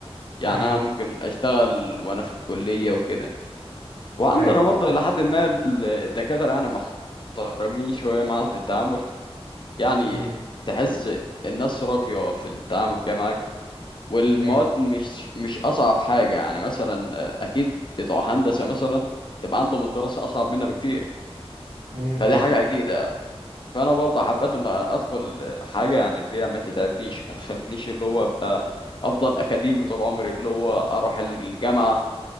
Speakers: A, on the left; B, on the right.
A: يعني
B: اي
A: انا ممكن اشتغل وانا في الكليه وكده وعندنا
B: ايوه
A: برضه لحد ما ال- الدكاتره يعني محترمين شويه معانا في التعامل يعني
B: امم
A: تحس الناس راقيه في التعامل كده معاك والمواد
B: اي
A: مش مش اصعب حاجه يعني مثلا اكيد بتوع هندسه مثلا تبقى عندهم الدراسه اصعب منا بكتير
B: امم
A: فدي
B: طبعا
A: حاجه اكيد فانا برضه حبيت ان ادخل حاجه يعني اللي هي ما تتعبنيش ما تخلينيش اللي هو ابقى افضل اكاديمي طول عمري اللي هو اروح الجامعه